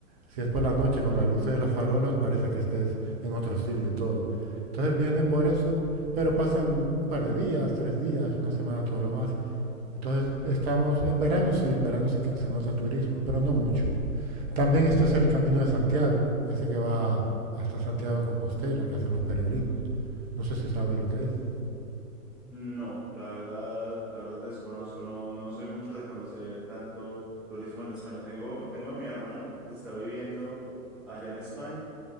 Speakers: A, on the right; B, in the centre.
A: si es por la noche, con las luces de las farolas, parece que estés en otro siglo y todo. Entonces vienen por eso, pero pasan un par de días, tres días, una semana, todo lo más. Entonces estamos, en verano sí, en verano sí que se nota turismo, pero no mucho. También esto es el camino de Santiago, ese que va hasta Santiago de Compostela, que hacen los peregrinos. No sé si sabes lo que es.
B: No, la verdad, la verdad desconozco, no, no soy mucho de conocer tanto turismo en España. Tengo, tengo a mi hermana que está viviendo allá en España,